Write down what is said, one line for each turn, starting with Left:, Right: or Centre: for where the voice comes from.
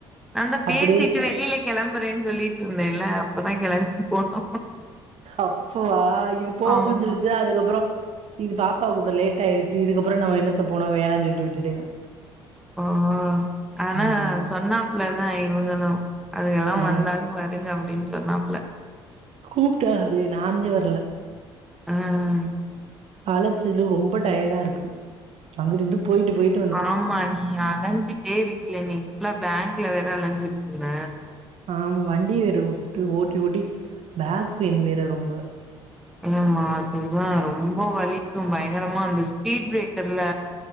Centre: நா தா
Right: அப்டியே
Centre: பேசிட்டு வெளியில கெளம்புறேன்னு சொல்லிட்ருந்தேன்ல்ல அப்பதா கெளம்பிப் போனோ
Right: அப்போவா இது போவ்
Centre: ஆமா.
Right: வந்துருச்சா அதுக்கப்புறோ இது பாப்பாவ கூப்ட லேட் ஆய்டுச்சு இதுக்கப்புறோ நம்ம என்னத்த போனு வேணான் சொல்ட்டு விட்டுட்டே நா
Centre: ஆ கனகார
Right: ஆமா
Centre: சொன்னாப்புள்ளதா இவங்களு அதுங்கல்லா
Right: ஆ
Centre: வந்தாலு வருங் அப்டின்னு சொன்னாப்ல
Right: கூப்ட்டாரு நாந்தே வர்ல
Centre: ஆஆ
Right: அழைச்சது ரொம்ப டயர்டா இருக்கு அங்குட்டு இங்குட்டு போய்ட்டு போய்ட்
Centre: ஆமா நீ அழஞ்சிட்டே இருக்கில நீ இப்லா பேங்க்ல வேற அலைஞ்சிட்ருந்த
Right: ஆம வண்டிய வேறு வுட்டு ஓட்டி ஓட்டி பேக் பெயின் வேற ரொம்ப
Centre: ஏமா அதுதா ரொம்ப வலிக்கு பயங்கரமா அந்த ஸ்பீட் பிரேக்கர்ல